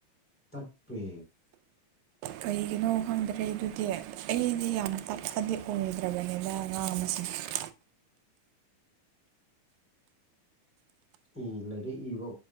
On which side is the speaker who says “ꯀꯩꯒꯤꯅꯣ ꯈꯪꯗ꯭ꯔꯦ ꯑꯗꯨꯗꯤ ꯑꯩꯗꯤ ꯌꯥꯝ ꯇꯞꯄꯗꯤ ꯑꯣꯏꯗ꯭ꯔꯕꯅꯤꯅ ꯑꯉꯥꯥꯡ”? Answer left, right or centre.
Right